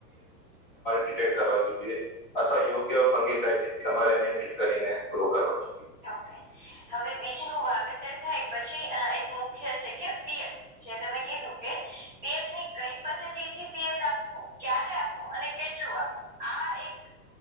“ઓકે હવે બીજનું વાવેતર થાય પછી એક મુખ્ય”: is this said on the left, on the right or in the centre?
Centre